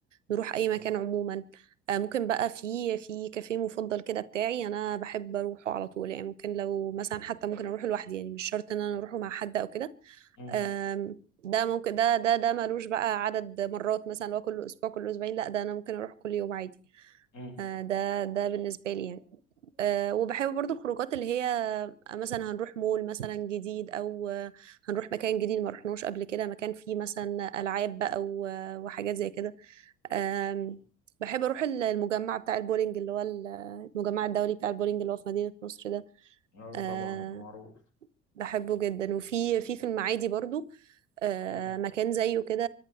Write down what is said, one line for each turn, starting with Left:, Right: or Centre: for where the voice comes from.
Right: نروح أي
Left: مم.
Right: مكان عموما آه، ممكن بقى في في كافيه مفضل كده بتاعي أنا بحب أروحه على طول يعني ممكن لو مثلا حتى ممكن أروح لوحدي يعني مش شرط إن أنا أروحه مع حد أو كده
Left: مم.
Right: آم، ده ممكن ده ده ده ملوش بقى عدد مرات مثلا اللي هو كل أسبوع كل أسبوعين لا ده أنا ممكن أروح كل يوم عادي
Left: مم.
Right: آه، ده ده بالنسبة لي يعني آه، وبحب برضو الخروجات اللي هي مثلا هنروح مول مثلا جديد او آه، هنروح مكان جديد ما رحناش قبل كده مكان فيه مثلا العاب بقى و- وحاجات زي كده آم،
Left: مم.
Right: بحب اروح ال- المجمع بتاع البولينج اللي هو ال- المجمع الدولي بتاع البولينج اللي هو في مدينة نصر ده
Left: اه
Right: آه،
Left: طبعا معروف
Right: بحبه جدا وفي في في المعادي برضو آه،
Left: مم.
Right: مكان زيه كده